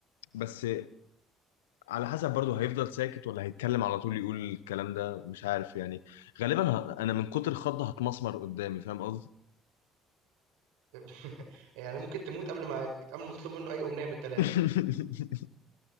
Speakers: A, on the left; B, on the right.
A: بس على حسب برضه هيفضل ساكت ولا هيتكلم على طول يقول الكلام ده مش عارف يعني غالبا ه... انا من كتر الخض هتمسمر قدامي فاهم قصدي
B: <laughs> يعني ممكن تموت قبل ما قبل ما تطلب منه أي أمنية من التلاتة
A: <laughs>